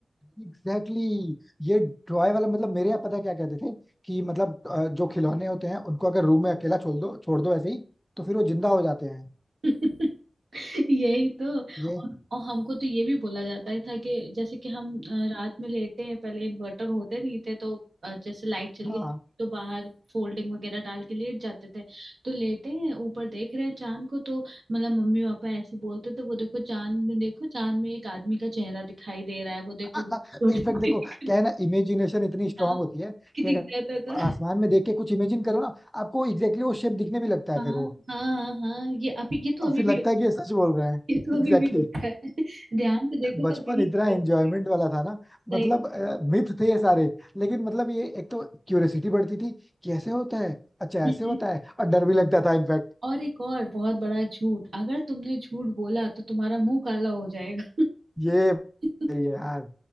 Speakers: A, in the centre; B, on the right.
A: Exactly exactly. ये टॉय वाला मतलब मेरे यहाँ पता है क्या कहते थे कि मतलब अ, जो खिलौने होते हैं उनको अगर रूम में अकेला छोड़ दो छोड़ दो ऐसे ही तो फिर वो जिंदा हो जाते हैं
B: <laughs> तो यही तो और,
A: ये
B: और हमको तो ये भी बोला जाता ही था कि जैसे कि हम अ, रात में लेते हैं पहले इन्वर्टर होते नहीं थे तो अ, जैसे लाइट चली
A: हाँ
B: जाती तो बाहर फोल्डिंग वगैरह डाल के लेट जाते थे तो लेटे हैं ऊपर देख रहे हैं चांद को तो मतलब मम्मी पापा ऐसे बोलते तो वो देखो चांद में देखो चांद में एक आदमी का चेहरा दिखाई दे रहा है वो देखो
A: <laughs>
B: उठ
A: इनफैक्ट
B: के
A: देखो
B: <laughs>
A: क्या
B: देख
A: है ना इमेजिनेशन इतनी स्ट्रांग
B: रहा है। हाँ,
A: होती है
B: कि
A: कि
B: दिख
A: अगर
B: जाता था
A: आसमान में देख के कुछ इमेजिन करो ना आपको एग्जैक्टली exactly वो शेप दिखने भी लगता है
B: हाँ
A: फिर वो
B: हाँ हाँ हाँ ये अभी ये तो
A: और
B: अभी
A: फिर लगता
B: भी
A: है कि ये सच बोल रहे हैं
B: ये तो अभी
A: एग्जैक्टली
B: भी होता है <laughs> ध्यान से देखो
A: बचपन
B: तो वही
A: इतना एंजॉयमेंट
B: <laughs>
A: वाला था ना
B: सही
A: मतलब मिथ थे ये सारे लेकिन मतलब ये एक तो क्यूरियोसिटी बढ़ती थी कि ऐसे होता है अच्छा
B: हम्म,
A: ऐसे
B: हम्म।
A: होता है और डर भी लगता था इनफैक्ट
B: और एक और बहुत बड़ा झूठ अगर तुमने झूठ बोला तो तुम्हारा मुंह काला हो जाएगा <laughs>
A: ये ये यार